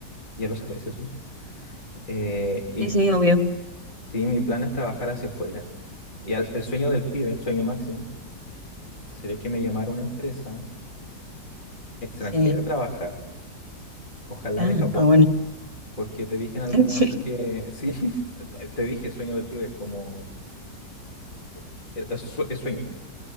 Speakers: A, on the left; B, on the right.
A: ya lo sabes eso. Eh, y
B: Sí, sí, obvio.
A: sí, mi plan es trabajar hacia afuera. Y al- el sueño del pibe, el sueño máximo, sería que me llamara una empresa extranjera
B: Sí.
A: a trabajar, ojalá
B: Ah,
A: de Japón.
B: ah, bueno.
A: Porque te dije en algún
B: <laughs>
A: momento que, <laughs> sí, te dije sueño del pibe, es como... eh, eh, Es, sue- es sueño,